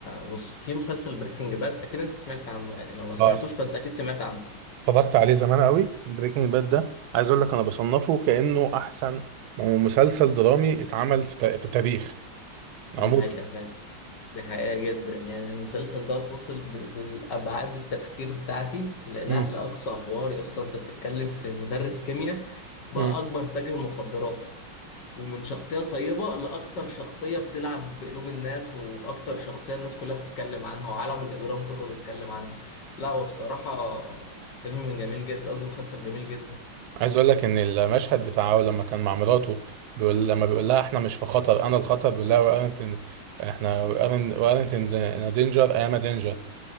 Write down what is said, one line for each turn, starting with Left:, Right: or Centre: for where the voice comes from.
Left: بص في مسلسل بريكنج باد اكيد انت سمعت عنه يعني لو ما سمعتوش
Right: اه
Left: فانت اكيد سمعت عنه
Right: اتفرجت عليه زمان قوي بريكنج باد ده عايز اقول لك انا بصنفه كانه احسن مسلسل درامي اتعمل في تا- في التاريخ
Left: ده
Right: عموما
Left: حقيقه دي حقيقة جدا يعني المسلسل ده توصل ب- بالأبعاد التفكير بتاعتي لا لا
Right: مم.
Left: لأقصى حواري أصلا أنت بتتكلم في مدرس كيمياء بقى
Right: مم.
Left: أكبر تاجر مخدرات ومن شخصية طيبة لأكتر شخصية بتلعب بقلوب الناس وأكتر شخصية الناس كلها بتتكلم عنها وعالم الإجرام كله بيتكلم عنها لا هو بصراحة فيلم جميل جدا قصدي مسلسل جميل جدا
Right: عايز اقول لك ان المشهد بتاعه لما كان مع مراته بيقول لما بيقول لها احنا مش في خطر انا الخطر بيقول لها وارنت احنا وارنت وارنت ان دينجر اي ام دينجر